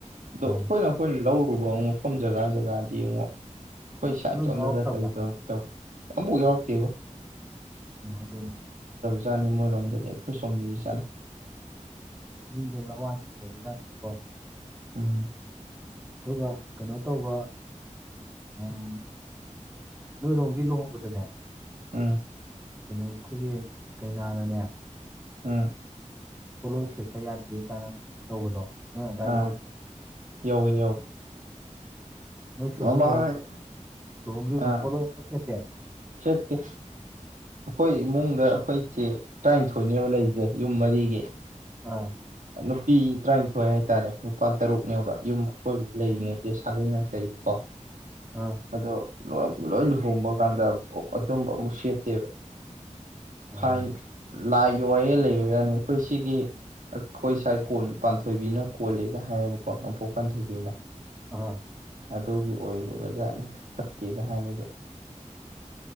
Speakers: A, on the right; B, on the right.
A: ꯑꯗꯣ
B: ꯑꯥ
A: ꯑꯩꯈꯣꯏꯅ ꯑꯩꯈꯣꯏꯅ ꯂꯧꯔꯨꯕ ꯃꯐꯝ ꯖꯒꯥ ꯖꯒꯥꯗꯤ ꯑꯃꯨꯛ ꯑꯩꯈꯣꯏ ꯏꯁꯥ
B: ꯅꯣꯏ
A: ꯢꯇꯣꯟꯗꯅꯦ
B: ꯌꯥꯎꯔꯛꯇꯕ꯭ꯔꯥ
A: ꯀꯔꯤ ꯇꯧꯕ ꯇꯧꯕ ꯑꯝꯐꯥꯎ ꯌꯥꯎꯔꯛꯇꯦꯕꯣ
B: ꯎꯝ ꯑꯗꯨꯅꯦ
A: ꯆꯥꯅꯤ ꯃꯣꯏꯔꯣꯝꯗꯗꯤ ꯑꯩꯈꯣꯏ ꯁꯣꯝꯗꯗꯤ ꯆꯠꯅꯩ
B: ꯎꯝ ꯃꯤꯁꯦ ꯂꯋꯥꯏꯗꯖꯨ ꯂꯩꯕ ꯖꯥꯠꯅꯤꯅꯦꯀꯣ
A: ꯎꯝ
B: ꯑꯗꯨꯒ ꯀꯩꯅꯣ ꯇꯧꯕ ꯑꯪ ꯅꯣꯏ ꯔꯣꯝꯒꯤ ꯂꯨꯍꯣꯡꯕꯗꯅꯦ
A: ꯎꯝ
B: ꯀꯩꯅꯣ ꯑꯩꯈꯣꯏꯒꯤ ꯀꯩꯅꯥꯅꯅꯦ
A: ꯎꯝ
B: ꯄꯣꯠꯂꯣꯏ ꯁꯦꯠꯄ ꯌꯥꯗꯦ ꯀꯥꯏꯅ ꯇꯧꯕꯗꯣ ꯅꯣꯏ ꯑꯗꯥꯏ
A: ꯑꯥ
B: ꯌꯧꯕ꯭ꯔꯣ
A: ꯌꯧꯋꯦ ꯌꯧꯋꯦ
B: ꯅꯣꯏ ꯆꯦ
A: ꯃꯃꯥꯡ
B: ꯍꯣꯢ ꯂꯨꯍꯣꯡ ꯂꯨꯍꯣꯡꯈꯤꯕꯗꯣ
A: ꯑꯥ
B: ꯄꯣꯂꯣꯢ ꯑꯝꯇ ꯁꯦꯠꯇꯦ
A: ꯁꯦꯠꯇꯦ ꯑꯩꯈꯣꯏ ꯏꯃꯨꯡꯗ ꯑꯩꯈꯣꯏ ꯆꯦ ꯇ꯭ꯔꯥꯢꯟꯊꯣꯏꯅꯦꯕ ꯂꯩꯔꯤꯖꯦ ꯌꯨꯝ ꯃꯔꯤꯒꯤ
B: ꯑꯥ
A: ꯅꯨꯄꯤ ꯇ꯭ꯔꯥꯢꯟꯊꯣꯏ ꯍꯥꯏꯇꯥꯔꯦ ꯅꯨꯄꯥ ꯇꯔꯨꯛꯅꯦꯕ ꯌꯨꯝ ꯑꯀꯣꯏꯕꯗ ꯂꯩꯔꯤꯉꯩꯁꯦ ꯁꯥꯒꯩ ꯅꯥꯇꯩ ꯀꯣ
B: ꯑꯥ
A: ꯑꯗꯨ ꯂꯣ ꯂꯣꯏ ꯂꯨꯍꯣꯡꯕ ꯀꯥꯟꯗ ꯑꯣ ꯑꯗꯨꯝꯕ ꯑꯝꯕꯧ ꯁꯦꯠꯇꯦꯕ
B: ꯑꯣ
A: ꯊꯥꯏ ꯂꯥꯏꯒꯤ ꯋꯥꯌꯦꯜ ꯂꯩꯕ ꯖꯥꯠꯅꯤ ꯑꯩꯈꯣꯏ ꯁꯤꯒꯤ ꯑ ꯑꯩꯈꯣꯏ ꯁꯥꯏ ꯀꯣꯟ ꯄꯥꯟꯊꯣꯏꯕꯤꯅ ꯀꯣꯜꯂꯦꯒ ꯍꯥꯏꯌꯦꯕꯀꯣ ꯅꯣꯡꯄꯣꯛ ꯄꯥꯟꯊꯣꯏꯕꯤꯅ
B: ꯑꯥ
A: ꯑꯗꯨꯒꯤ ꯑꯣꯏꯕ ꯖꯥꯠꯅꯤꯗ ꯐꯠꯇꯦꯒ ꯍꯥꯏꯕꯒꯤ